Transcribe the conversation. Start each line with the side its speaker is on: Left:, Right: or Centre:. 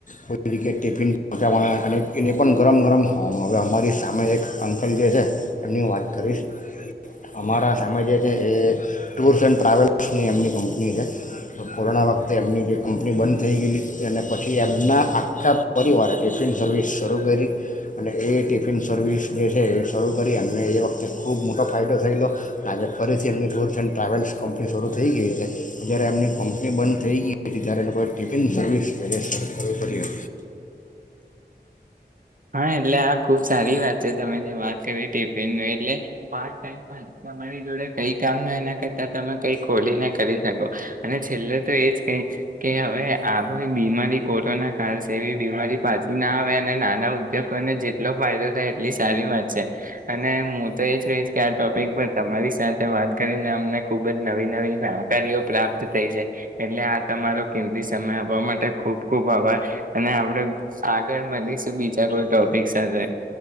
Left: કોઈ જીએ ટિફિન પહોંચાવા અને એને પણ ગરમ ગરમ ખાવાનું હવે અમારી સામે એક અંકલ જે છે. એમની વાત કરીશ અમારા સામે જે છે એ ટૂર્સ એન્ડ ટ્રાવેલ્સની એમની કંપની છે તો કોરોના વખતે એમની જે કંપની બંધ થઈ ગયેલી અને પછી એમના આખા પરિવારે ટિફિન સર્વિસ શરૂ કરી અને એ ટિફિન સર્વિસ જે છે એ શરૂ કરી એમને એ વખતે ખૂબ મોટો ફાયદો થયેલો આજે ફરીથી એમની ટૂર્સ એન્ડ ટ્રાવેલ્સ કંપની શરૂ થઈ ગઈ છે પણ જ્યારે એમની કંપની બંધ થઈ ગઈ હતી ત્યારે લોકોએ ટિફિન સર્વિસ વ કરી હતી
Right: હા એટલે આ ખુબ સારી વાત છે તમે જે વાત કરી ટિફિન એટલે પાર્ટ ટાઈમ તમારી જોડે કઈ કામ ન એના કરતા તમે કઈ ખોલીને કરી શકો અને છેલ્લે તો એજ કે કે હવે આ બીમારી કોરોના કાળ છે એવી બીમારી પાછી ના આવે અને નાના ઉદ્યોગોને જેટલો ફાયદો થાય એટલી સારી વાત છે અને હું તો એ જ કહીશ કે આ ટોપિક પર તમારી સાથે વાત કરીને અમને ખુબ જ નવી નવી જાણકારીઓ પ્રાપ્ત થઈ છે એટલે આ તમારો કિંમતી સમય આપવા માટે ખૂબ ખૂબ આભાર અને આપણે આગળ મળીશ બીજ જા ટોપિક સાથે